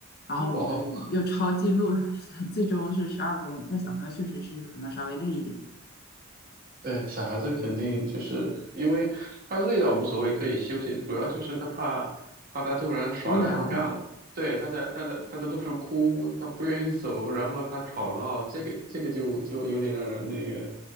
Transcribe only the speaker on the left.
然后我们又抄近路，
<laughs> 最终是十二公里，但小朋友确实是可能稍微累一点，
无聊。